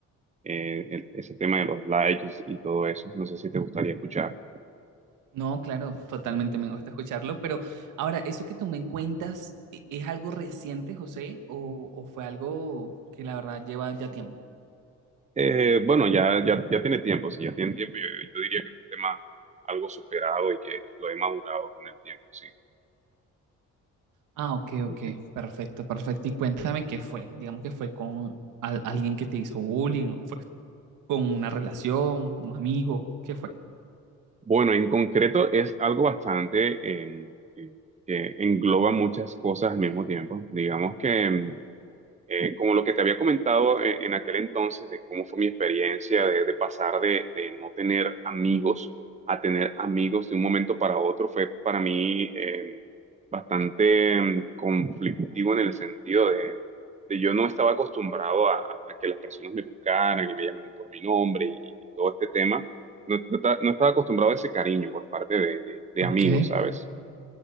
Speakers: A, on the right; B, on the right.
A: eh, el- ese tema de los likes y, y todo eso. No sé si te gustaría escuchar.
B: No, claro, totalmente me gusta escucharlo, pero ahora, ¿eso que tú me cuentas e- es algo reciente, José, o, o fue algo que la verdad lleva ya tiempo?
A: Eh, bueno, ya, ya, ya tiene tiempo, si ya tiene tiempo, yo, yo diría que es un tema algo superado y que lo he madurado con el tiempo, sí.
B: Ah, ok,
A: Sí,
B: ok,
A: sí.
B: perfecto, perfecto. Y cuéntame qué fue, digamos que fue con al- alguien que te hizo bullying, o fue con una relación, un amigo, ¿qué fue?
A: Bueno, en concreto es algo bastante em, que que engloba muchas cosas al mismo tiempo. Digamos que em, Eh, como lo que te había comentado en, en aquel entonces, de cómo fue mi experiencia de, de pasar de, de no tener amigos a tener amigos de un momento para otro, fue para mí eh, bastante mm, conflictivo en el sentido de, de yo no estaba acostumbrado a, a que las personas me buscaran y me llamaran por mi nombre y, y todo este tema. No, no ta- no estaba acostumbrado a ese cariño por parte de, de de
B: Ok,
A: amigos, ¿sabes?